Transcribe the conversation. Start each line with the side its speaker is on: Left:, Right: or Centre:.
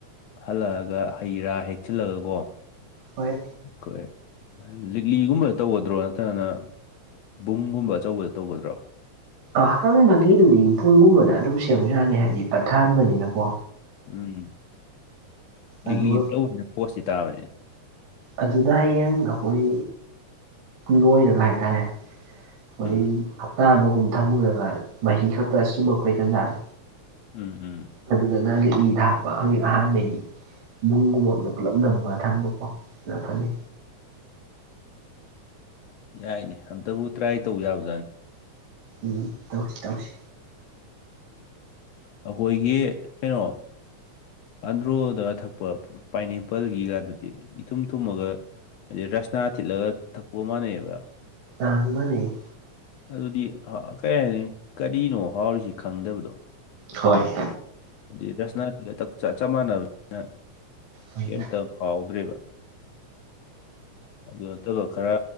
Left: ꯍꯜꯂꯛꯑꯒ ꯍꯩ ꯔꯥ ꯍꯦꯛꯆꯤꯜꯂꯒ ꯀꯣ
Right: ꯍꯣꯏ
Left: ꯍꯣꯏ ꯂꯤꯛꯂꯤꯒꯨꯝꯕꯗ ꯇꯧꯒꯗ꯭ꯔꯣ ꯅꯠꯇ꯭ꯔꯒꯅ ꯕꯨꯡꯒꯨꯝꯕ ꯑꯆꯧꯕꯗ ꯇꯧꯒꯗ꯭ꯔꯣ
Right: ꯑꯍꯥꯟꯕꯒꯤꯗꯨꯗꯤ ꯄꯨꯡꯒꯨꯝꯕꯗ ꯑꯗꯨꯝ ꯁꯦꯝꯕ ꯌꯥꯅꯤ ꯍꯥꯏꯗꯤ ꯄꯊꯕꯅꯤꯅꯀꯣ
Left: ꯎꯝ
Right: ꯑꯗꯨꯒ
Left: ꯂꯤꯛꯂꯤ ꯇꯧꯕꯁꯤꯅ ꯄꯣꯁꯇꯤ ꯇꯥꯕꯅꯤꯅꯦ
Right: ꯑꯗꯨꯅ ꯍꯌꯦꯡ ꯑꯩꯈꯣꯏ ꯂꯣꯏꯔꯒ ꯍꯥꯏꯇꯥꯔꯦ ꯑꯩꯣꯏ
Left: ꯎꯝ
Right: ꯍꯞꯇꯥ ꯑꯃꯒꯨꯝ ꯊꯝꯃꯨꯔꯒ ꯃꯍꯤ ꯈꯛ ꯄꯨꯔ ꯆꯨꯝꯃꯛꯄꯩ ꯇꯟꯖꯥꯗꯣ
Left: ꯎꯝ ꯎꯝ
Right: ꯑꯗꯨꯗ ꯅꯪꯒꯤꯛ ꯂꯤꯂꯤꯗ ꯍꯥꯞꯄ ꯍꯧꯖꯤꯛ ꯑꯍꯥꯟꯕꯩꯗꯤ ꯏꯕꯨꯡꯒꯨꯝꯕ ꯑꯃ ꯄꯨꯜꯂꯞ ꯅꯝꯃꯒ ꯊꯝꯕꯀꯣ ꯐꯅꯤ
Left: ꯌꯥꯏꯅꯦ ꯑꯝꯇꯕꯨ ꯇ꯭ꯔꯥꯏ ꯇꯧ ꯌꯥꯕꯖꯥꯠꯅꯤ
Right: ꯎꯝ ꯇꯧꯁꯤ ꯇꯧꯁꯤ
Left: ꯑꯩꯈꯣꯏꯒꯤ ꯀꯩꯅꯣ ꯑꯟꯗ꯭ꯔꯣꯗ ꯊꯛꯄ ꯄꯥꯏꯅꯦꯄꯜꯒꯤꯒꯗꯨꯗꯤ ꯏꯊꯨꯝ ꯊꯨꯝꯃꯒ ꯍꯥꯏꯗꯤ ꯔꯁꯅꯥ ꯊꯤꯠꯂꯒ ꯊꯛꯄ ꯃꯥꯟꯅꯩꯑꯕ
Right: ꯑ ꯃꯅꯤ
Left: ꯑꯗꯨꯗꯤ ꯀꯔꯤ ꯍꯥꯏꯅꯤ ꯀꯔꯤꯅꯣ ꯍꯥꯎꯔꯤꯁꯤ ꯈꯪꯗꯕꯗꯣ
Right: ꯍꯣꯏ
Left: ꯑꯗꯨ ꯔꯁꯅꯥꯁꯤꯗ ꯆ ꯃꯥꯟꯅꯕꯅꯤꯅ
Right: ꯍꯣꯏꯅꯦ
Left: ꯀꯩꯝꯇꯧ ꯍꯥꯎꯗ꯭ꯔꯦꯕ ꯑꯗꯨ ꯅꯠꯇꯕ ꯈꯔ